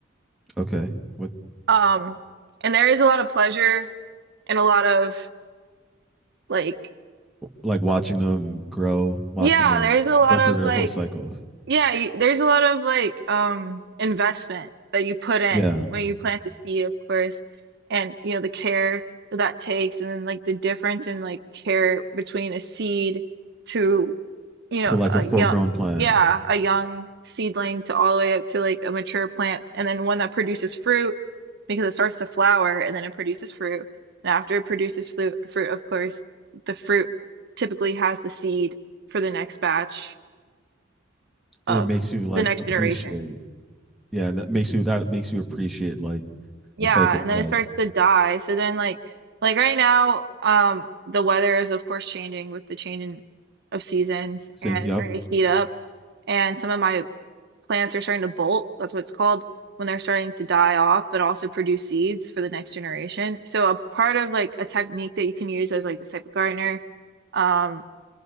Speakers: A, in the centre; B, on the right.
A: okay. What
B: Um, and there is a lot of pleasure and a lot of like,
A: like watching them grow, watching
B: yeah,
A: them
B: there is a lot
A: go through
B: of
A: their
B: like
A: whole cycles.
B: Yeah, you, there's a lot of like um investment that you put in
A: Yeah,
B: when you plant a seed, of course, and you know the care that that takes, and then like the difference in like care between a seed to you know
A: to like
B: a
A: a full
B: young
A: grown plant,
B: yeah a young seedling to all the way up to like a mature plant, and then one that produces fruit because it starts to flower and then it produces fruit, and after it produces fruit, fruit of course the fruit typically has the seed for the next batch
A: and
B: of
A: it makes you like
B: the next
A: appreciate.
B: generation.
A: Yeah, and that makes you that makes you appreciate like
B: Yeah,
A: the cycle
B: and
A: of
B: then it
A: life.
B: starts to die. So then like like right now, um the weather is of course changing with the change in of seasons
A: Say,
B: and
A: yep.
B: it's starting to heat up and some of my plants are starting to bolt. That's what it's called when they're starting to die off, but also produce seeds for the next generation. So a part of like a technique that you can use as like this type of gardener, um,